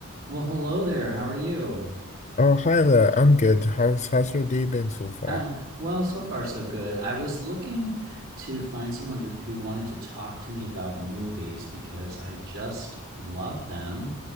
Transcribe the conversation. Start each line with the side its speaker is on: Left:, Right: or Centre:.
Right: Well, hello there. How are you?
Left: Oh, hi there. I'm good. How's how's your day been so far?
Right: Uh, well, so far so good. I was looking to find someone to, who wanted to talk to me about movies because I just love them,